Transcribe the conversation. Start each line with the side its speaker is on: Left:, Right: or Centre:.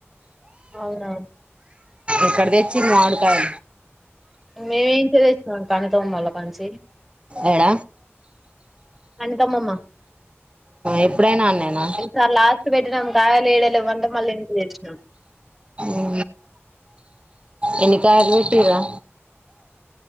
Centre: అవునా
Right: ఇక్కడ తెచ్చిరు మావూడికాయ
Centre: మేమేం చే చేస్తున్నాం కనితమ్మళ్ళ కంచి
Right: ఏడ
Centre: అనుపమ్మమ్మా
Right: ఎప్పుడైనా అన్నేనా
Centre: ఒకసార్ లాస్ట్ పెట్టినాం కాయలు ఏడ లేవు అంటే ఏడేలు వేసినాము
Right: ఉ ఎన్ని కాయలు పెట్టరా